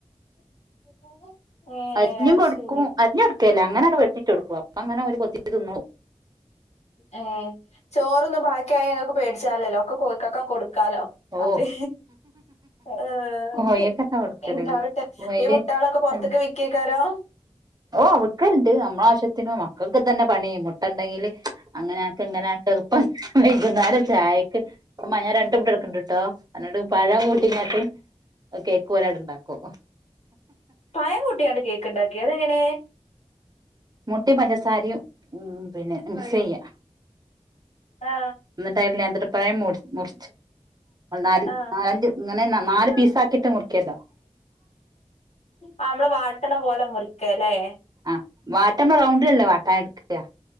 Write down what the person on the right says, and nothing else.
അരിഞ്ഞും
കൊടുക്കും
അരിഞ്ഞു കൊടുക്ക ക്കല്ല അങ്ങനട് വെട്ടിട്ടൊട്ക്കും അപ്പൊങ്ങനെ ഓല് കൊത്തി തിന്നു
ഓ
കോഴിയൊക്കെന്നെ കൊടുക്കല്
കോയില്
ഓ വിക്കല്ണ്ട് നമ്മളാവശ്യത്തിന് മക്കക്ക്തന്നെ പണി മുട്ടണ്ടെങ്കില് അങ്ങനെയാട്ട് ഇങ്ങനെയാട്ട് പ്പ വൈകുന്നേരം ചായക്ക് മ്മാ ഞാൻ രണ്ട്‌ മുട്ട എടുക്ക്‌ണ്ട് ട്ടോ എന്നട്ട് പഴം കൂട്ടിങ്ങട്ട് കേക്ക് പോലായിട്ട് ഇണ്ടാക്കും
മുട്ടിം പഞ്ചസാരിയും ഉം പിന്നെ മിക്സ് ചെയ്യ
ന്നിട്ടായ്ല് നേന്ത്രപ്പഴം മുർ നാല്
നാലഞ്ച് ഇങ്ങനെ
നാല് പീസ് ആക്കിയിട്ട് മുറിക്കല്ലോ
ആഹ് വാട്ട്മ്പൊ റൗണ്ടിലല്ലേ വാട്ടാൻ എടുക്ക